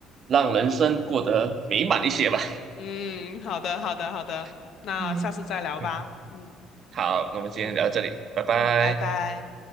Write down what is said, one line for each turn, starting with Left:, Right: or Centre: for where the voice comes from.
Right: 让人生过得美满一些吧。
Left: 嗯，好的，好的，好的，
Right: <laughs>
Left: 那下次再聊吧。
Right: 嗯哼，嗯，
Left: 嗯
Right: 好，那我们今天聊到这里，
Left: 嗯
Right: 拜拜。
Left: 嗯，拜拜。